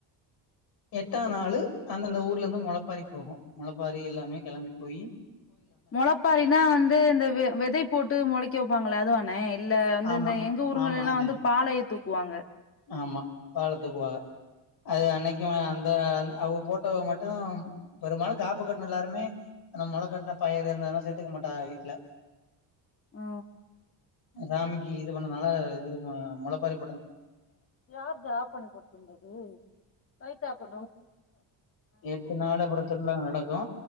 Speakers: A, on the left; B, on the left.
A: எட்டாநாளு
B: ம்
A: அந்தந்த ஊர்ல இருந்து மொளப்பாரி போகு மொளப்பாரி எல்லாமே கிளம்பி போய்
B: மொளப்பாரினா வந்து இந்த விதை போட்டு மொளைக்க வைப்பாங்களே அதுவாண்ணே இல்ல வந்து
A: ஆமா
B: இந்த எங்க ஊருங்களே
A: ஆமா
B: எல்லா
A: அதே
B: வந்து பாலையே தூக்குவாங்க
A: ஆமா பாலத்துக்கு போக அது அன்னைக்கு அந்த அவ்வோ போட்டோவு மட்டு பெரும்பாலு காப்பு கட்டின எல்லாருமே நம்ம மொளக் கட்ன பயிரு இருந்தல்லா சேர்த்துக்க மாட்டக வீட்ல
B: ஆ
A: சாமிக்கு இது பண்ணதுனால இது மொளப்பாரி
B: யார் ஜா ஆப் பண்ணி போட்யிர்கது லைட்ட ஆப்
A: எட்டு நாளு அப்றோ திருவிழா நடக்கு